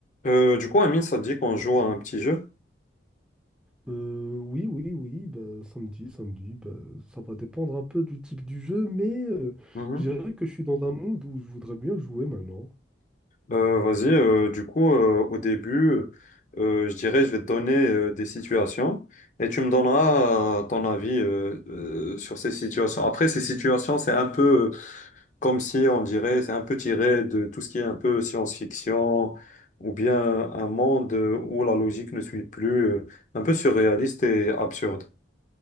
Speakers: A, on the left (about 40°); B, in the centre.
A: Euh, du coup, Amine, ça te dit qu'on joue à un petit jeu?
B: Euh, oui, oui, oui, bah, samedi, samedi, bah, ça va dépendre un peu du type du jeu, mais euh,
A: Mhm.
B: je dirais que je suis dans un mood où je voudrais bien jouer maintenant.
A: Euh, vas-y, euh, du coup, euh, au début, euh, je dirais, je vais te donner euh, des situations et tu me donneras euh, ton avis euh, euh, sur ces situations. Après, ces situations, c'est un peu euh, comme si on dirait, c'est un peu tiré de tout ce qui est un peu science-fiction ou bien un monde euh, où la logique ne suit plus, euh, un peu surréaliste et absurde.